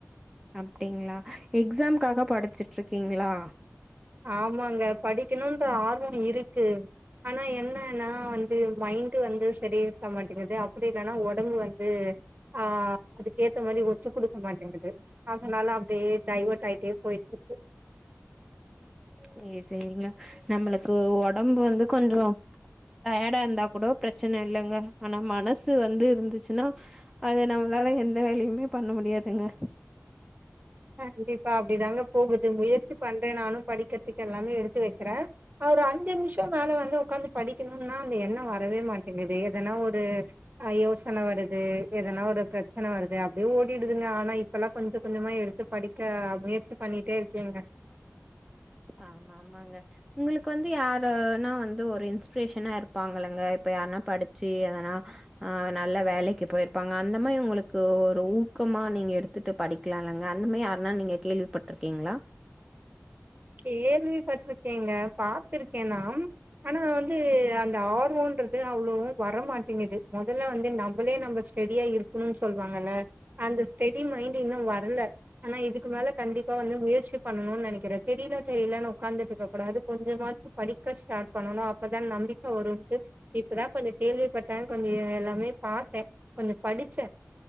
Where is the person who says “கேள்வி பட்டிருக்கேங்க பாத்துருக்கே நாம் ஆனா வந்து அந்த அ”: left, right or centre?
Right